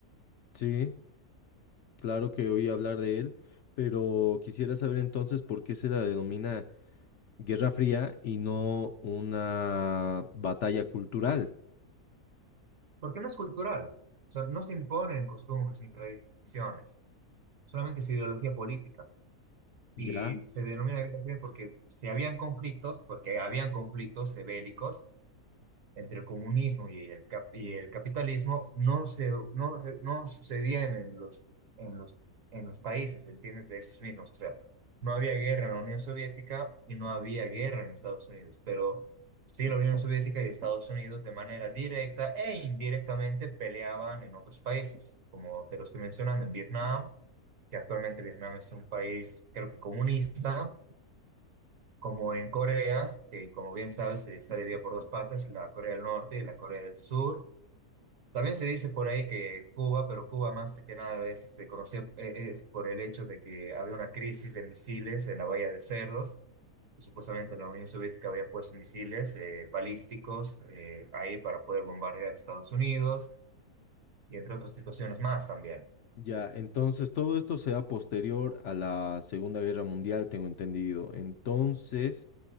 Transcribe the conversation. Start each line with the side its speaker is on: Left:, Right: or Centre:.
Left: sí, claro que oí hablar de él, pero quisiera saber entonces por qué se la denomina Guerra Fría y no una batalla cultural.
Right: porque no es cultural, o sea, no se imponen costumbres ni tradiciones, solamente es ideología política.
Left: Ya,
Right: Y se denomina guerra fría porque si habían conflictos, porque habían conflictos eh, bélicos, entre el comunismo y el, cap- y el capitalismo no, se, no, re- no sucedían en en los, en los, en los países, ¿entiendes? De esos mismos. O sea, no había guerra en la Unión Soviética y no había guerra en Estados Unidos, pero sí la Unión Soviética y Estados Unidos de manera directa e indirectamente peleaban en otros países, como te lo estoy mencionando, en Vietnam, que actualmente Vietnam es un país, creo que comunista como en Corea, que como bien sabes eh, está dividida por dos partes, la Corea del Norte y la Corea del Sur. También se dice por ahí que Cuba, pero Cuba más que nada es este, conocida eh, es por el hecho de que había una crisis de misiles en la Bahía de Cerdos, y supuestamente la Unión Soviética había puesto misiles eh, balísticos eh, ahí para poder bombardear Estados Unidos y entre otras situaciones más también.
Left: ya, entonces todo esto sea posterior a la Segunda Guerra Mundial, tengo entendido. Entonces...